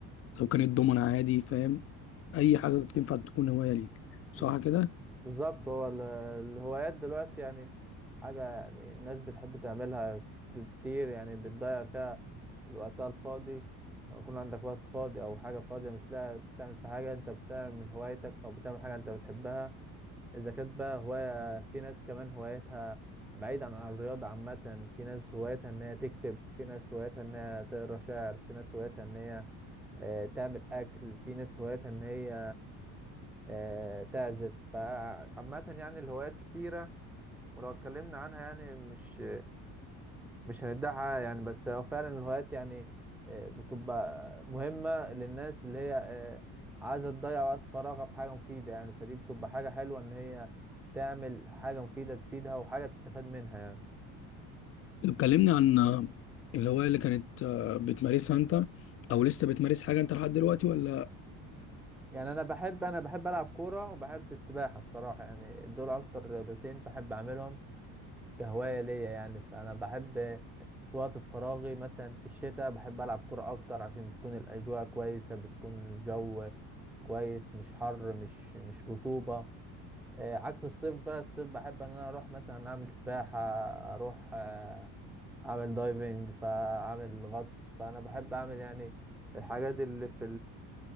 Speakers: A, on the left; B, in the centre.
A: لو كانت دومنا عادي فاهم اي حاجه تنفع تكون هوايه ليك صح
B: مم.
A: كده
B: بالظبط هو ال- الهوايات دلوقتي يعني حاجة يعني الناس بتحب تعملها كتير يعني بتضيع فيها الوقت الفاضي لو يكون عندك وقت فاضي أو حاجة فاضية مش لاقي تعمل في حاجة أنت بتعمل هوايتك أو بتعمل حاجة أنت بتحبها إذا كانت بقى هواية في ناس كمان هوايتها بعيدا عن الرياضة عامة في ناس هوايتها إن هي تكتب في ناس هوايتها إن هي تقرا شعر في ناس هوايتها إن هي آه، تعمل أكل في ناس هوايتها إن هي آه، تعزف فعامة يعني الهوايات كتيرة ولو اتكلمنا عنها يعني مش مش هنديها حقها يعني بس هو فعلا الهوايات يعني آه، بتبقى مهمة للناس اللي هي آه، عايزة تضيع وقت فراغها في حاجة مفيدة يعني فدي بتبقى حاجة حلوة إن هي تعمل حاجة مفيدة تفيدها وحاجة تستفاد منها يعني
A: لو اتكلمنا عن آه، الهوايه اللي كانت آه، بتمارسها انت او لسه بتمارس حاجه انت لحد دلوقتي ولا
B: يعني أنا بحب أنا بحب ألعب كورة وبحب السباحة الصراحة يعني دول أكتر رياضتين بحب أعملهم كهواية ليا يعني فأنا بحب في وقت فراغي مثلا في الشتاء بحب ألعب كرة أكتر عشان بتكون الأجواء كويسة بتكون الجو كويس مش حر مش مش رطوبة آه، عكس الصيف بقى الصيف بحب إن أنا أروح مثلا أعمل سباحة أروح آه، أعمل دايفنج فأعمل غطس فأنا بحب أعمل يعني الحاجات اللي في